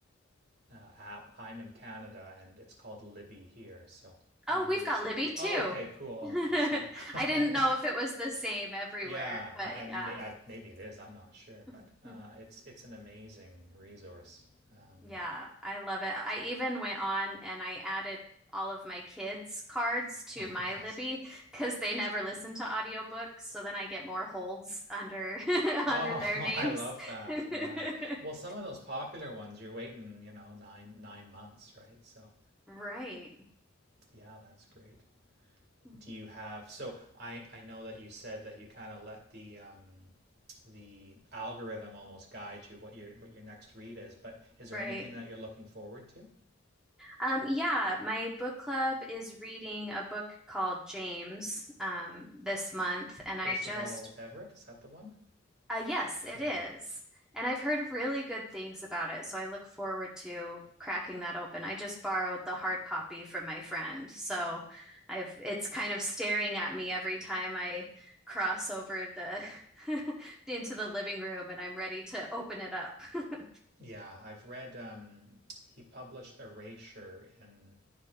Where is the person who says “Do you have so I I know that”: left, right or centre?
Right